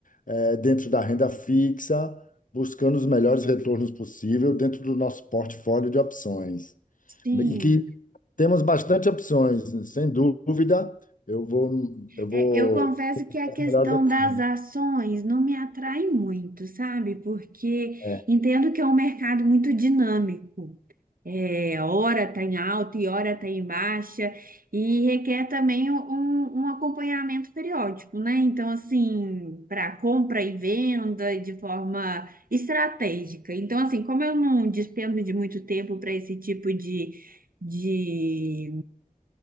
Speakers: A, on the left; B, on the right.
A: eh, dentro da renda fixa, buscando os melhores retornos possível dentro do nosso portfólio de opções.
B: sim.
A: E que temos bastante opções, sem dúvida. Eu vou, eu vou.
B: É, eu confesso que a
A: As
B: questão
A: melhores opções.
B: das ações não me atrai muito, sabe? Porque
A: É,
B: entendo que é um mercado muito dinâmico. É, hora está em alta e hora está em baixa, e requer também um, um um acompanhamento periódico, né? Então, assim, para compra e venda de forma estratégica. Então, assim, como eu não despendo de muito tempo para esse tipo de, de